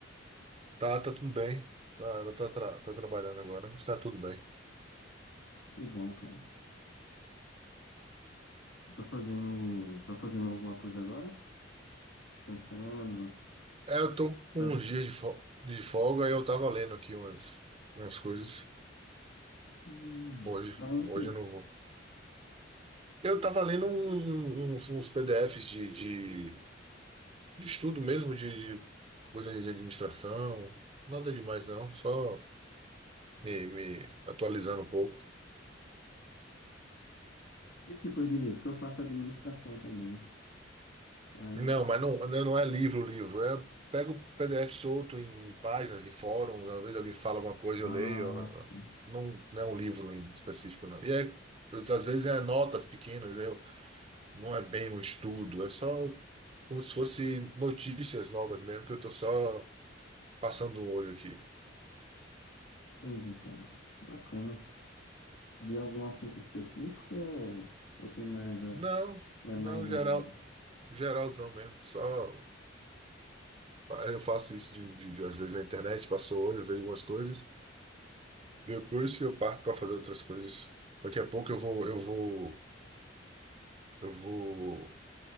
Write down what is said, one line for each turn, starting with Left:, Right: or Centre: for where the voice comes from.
Right: Tá, tá tudo bem. Tá, ela tá, tra- tá trabalhando agora, mas tá tudo bem.
Left: Que bom, cara. Tá fazendo, tá fazendo alguma coisa agora? Descansando?
Right: É, eu tô com
Left: Tá dist...
Right: uns dias de, fo- de folga e eu tava lendo aqui umas, umas coisas.
Left: hum,
Right: Hoje,
Left: tá lendo
Right: hoje
Left: o quê?
Right: eu não vou. Eu tava lendo um- um- um, uns, uns PDFs de, de, de estudo mesmo, de, de coisa de administração. Nada demais não, só me, me atualizando um pouco.
Left: Que tipos de livro? Que eu faço administração também. Aí,
Right: Não, mas não, não é livro, livro. É, pego o PDF solto em, páginas, em fóruns. Às vezes alguém fala alguma coisa, eu
Left: ah,
Right: leio. eu-
Left: sim.
Right: Não, não é um livro em específico, não. E aí, às vezes é notas pequenas, né? Não é bem um estudo, é só como se fosse notícias novas mesmo, que eu tô só passando o olho aqui.
Left: Entendi, cara. Bacana. De algum assunto específico ou, ou tem mais, a-
Right: Não,
Left: mais,
Right: não,
Left: mais geral
Right: geral,
Left: mesmo?
Right: geralzão mesmo. Só eu faço isso de, de- de- às vezes na internet, passo o olho, vejo algumas coisas. Depois eu parto para fazer outras coisas. Daqui a pouco eu vou, eu vou, eu vou,